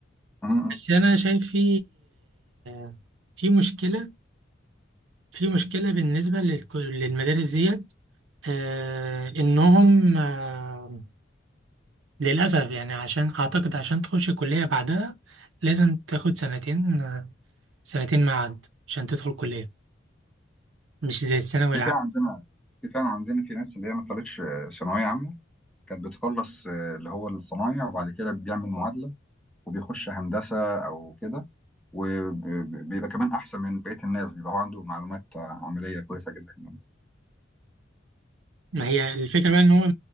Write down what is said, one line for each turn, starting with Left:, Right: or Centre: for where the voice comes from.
Centre: م- م.
Right: بس أنا شايف في آه، في مشكلة في مشكلة بالنسبة للك- للمدارس ديت آه، إنهم آه، للأسف يعني عشان أعتقد عشان تخش كلية بعدها لازم تاخد سنتين سنتين معاد عشان تدخل كلية مش زي الثانوي
Centre: في
Right: العام
Centre: فعلا عندنا في فعلا عندنا في ناس اللي هي ما طلعتش آه، ثانويه عامه كانت بتخلص آه، اللي هو الصنايع وبعد كده بيعمل معادلة وبيخش هندسة أو كده وبيبقى كمان أحسن من بقية الناس بيبقى هو عنده معلومات عملية كويسة جدا يعني
Right: ما هي الفكرة بقى إن هو